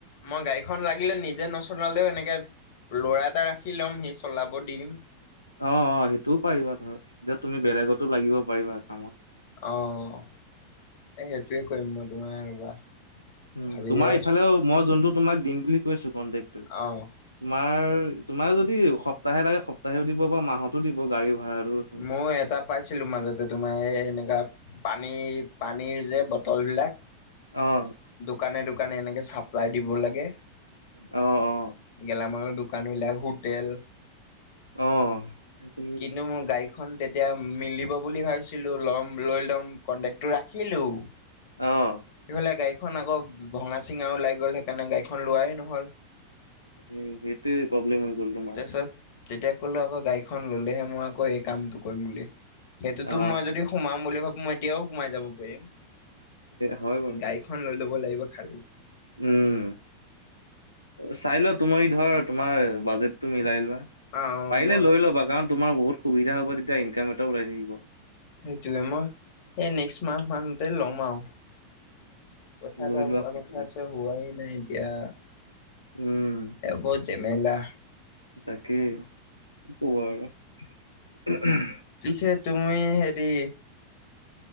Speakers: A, on the left; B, on the left.
A: মই গাড়ীখন লাগিলে নিজে নচলালেও এনেকে ল'ৰা এটা ৰাখি ল'ম সি চলাব দি দিম।
B: অ'! অ'! সেইটোও পাৰিবা ধৰ, এতিয়া তুমি, বেলেগতো লাগিব পাৰিবা কামত।
A: অ'! এই সেইটোৱে কৰিম। মই তোমাৰ ৰ'বা,
B: উম
A: ভাবিয়ে
B: তোমাৰ
A: আছোঁ!
B: ইফালেও মই যোনটো তোমাক দিম বুলি কৈছোঁ, কণ্টেক্ট।
A: অ'!
B: তোমাৰ, তোমাৰ যদি সপ্তাহে লাগে, সপ্তাহেও দিব পাৰোঁ। মাহত টো দিব গাড়ী ভাড়াটো। আছে।
A: মই এটা পাইছিলোঁ মাজতে। তোমাৰ এই, এনেকা পানী, পানীৰ যে, বটলবিলাক
B: অ'!
A: দোকানে - দোকানে এনেকে চাপ্লাই দিব লাগে।
B: অ অ
A: গেলামালৰ দো দোকানবিলাক, হোটেল।
B: অ'! সেইখিনি
A: কিন্তু, মোৰ গাড়ী গাড়ীখন তেতিয়া, মিলিব বুলি ভাবিছিলোঁ। ল'ম, লৈ ল'ম! কন্টেক্টো ৰাখিলোঁ।
B: অ'!
A: ইফালে গাড়ীখন আকৌ, ভঙা - চিঙা ওলাই গ'ল। সেইকাৰণে, গাড়ীখন লোৱাই নহ'ল।
B: সেই, সেইটোৱে প্ৰব্লেম হয় গ'ল তোমাৰ?
A: তাৰপিছত তেতিয়া, ক'লো আকৌ, গাড়ীখন ল'লেহে মই আকৌ, এই কামটো কৰিম বুলি। সেইটোতো,
B: অ
A: মই যদি সোমাম বুলি ভাবোঁ, মই এতিয়াও সোমাই যাব পাৰিম।
B: হয় বাৰু
A: গাড়ীখন লৈ ল'ব লাগিব খালি।
B: উম! চাই লোৱা, তুমি ধৰ, তোমাৰ বাজেটটো মিলাই লোৱা।
A: অ
B: পাৰিলে
A: মই
B: লৈ ল'বা? কাৰণ, তোমাৰ বহুত সুবিধা হ'ব। তেতিয়া, ইনকাম এটা ওলাই থাকিব।
A: সেইটোৱে! মই, এই নেক্সট মাহ মানতে লম আৰু। পইচা
B: লৈ
A: এটা
B: লোৱা
A: হোৱা
B: সোনকালে
A: কথা আছে, হোৱাই নাই এতিয়া!
B: উম!
A: বহুত জেমেলা!
B: তাকেই <unintelligible>
A: পিছে তুমি, হেৰি